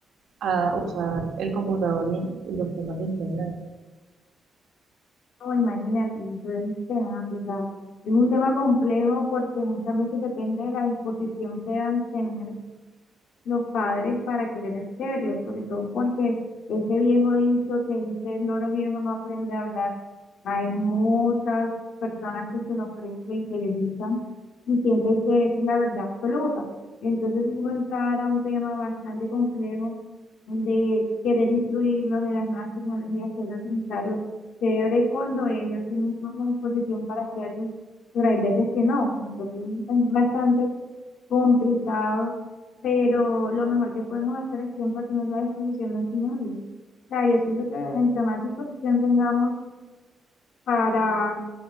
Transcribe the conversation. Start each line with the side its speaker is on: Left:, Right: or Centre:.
Right: a usar el computador y, y los temas de internet.
Left: No, imagínate, eso es tenaz, o sea, es un tema complejo porque muchas veces depende de la disposición que dan tener los padres para querer hacerlo, sobre todo porque ese viejo dicho que dice el loro viejo no aprende a hablar, hay muchas personas que se lo creen, lo interiorizan y sienten que esa es la verdad absoluta. Entonces uno entrar a un tema bastante complejo de querer incluirlos en las nuevas tecnologías, querer utilizarlos. Chévere cuando ellos tienen toda la disposición para hacerlo, pero hay veces que no. Entonces es bastante complicado, pero lo mejor que podemos hacer es siempre tener la disposición de enseñarles. O sea, yo siento que entre más disposición tengamos para